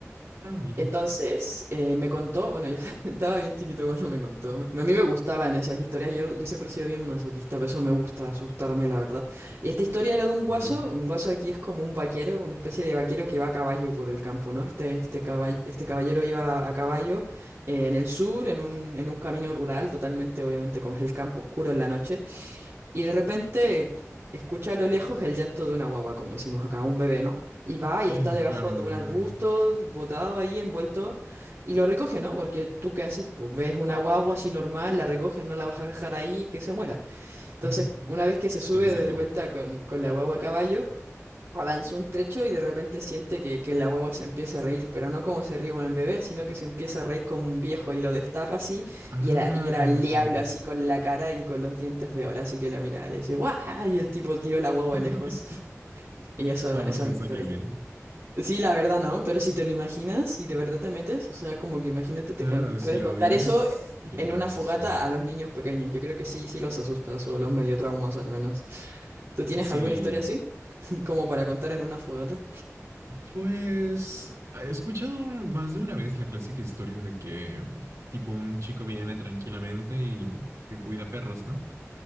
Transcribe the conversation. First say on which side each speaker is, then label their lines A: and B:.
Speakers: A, on the right; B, on the right.
A: Ah, mira.
B: Entonces, eh, me contó, bueno, yo <laughs> estaba bien chiquito cuando me contó. A mí me gustaban esas historias, yo, yo siempre he sido bien masoquista, por eso me gusta asustarme, la verdad. Y esta historia era de un guaso,
A: Uy,
B: un guaso aquí es como un vaquero, una especie de vaquero que va a caballo por el campo, ¿no? Este, este caball- este caballero iba a caballo eh, en el sur, en un, en un camino rural, totalmente, obviamente, como es el campo oscuro en la noche. Y de repente escucha a lo lejos el llanto de una guagua, como decimos acá, un bebé, ¿no? Y va
A: claro,
B: y está debajo
A: claro.
B: de un arbusto, botado ahí, envuelto, y lo recoge, ¿no? Porque tú qué haces, pues ves una guagua así normal, la recoges, no la vas a dejar ahí, que se muera. Entonces,
A: <laughs>
B: una vez que se sube
A: Tiene sentido.
B: de de vuelta con, con la guagua a caballo, avanzó un trecho y de repente siente que, que la guagua se empieza a reír, pero no como se ríe un bebé, sino que se empieza a reír como un viejo y lo destapa así,
A: Ah,
B: y era, y era el diablo así con la cara y con los dientes de oro, así que lo mira, le dice, ¡guau! Y el tipo tiró la guagua
A: <laughs>
B: lejos. Y eso,
A: daba
B: esa
A: risa,
B: es mi historia.
A: qué miedo.
B: Sí, la verdad no, pero si te lo imaginas, si de verdad te metes, o sea, como que imagínate, te
A: Claro,
B: cuento, puedes
A: si lo
B: contar
A: vives
B: eso
A: directamente,
B: en una fogata
A: sí.
B: a los niños pequeños. Yo creo que sí, sí los asustas o los medio traumas al menos. ¿Tú tienes
A: Sí,
B: alguna historia así, <laughs> como para contar en una fogata?
A: pues he escuchado más de una vez la clásica historia de que tipo un chico viene tranquilamente y que cuida perros, ¿no?